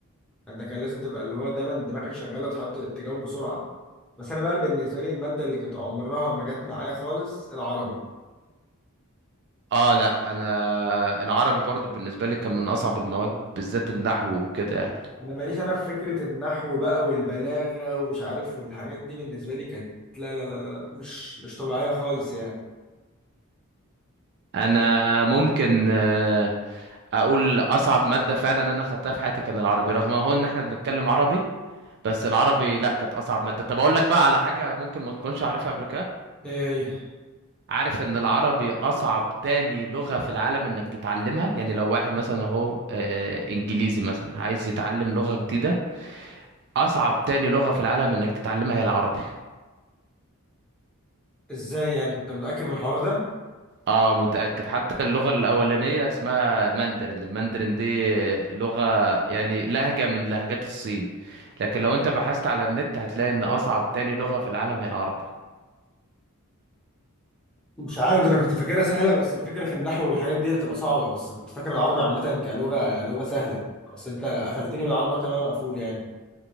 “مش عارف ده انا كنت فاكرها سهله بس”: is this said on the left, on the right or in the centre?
Centre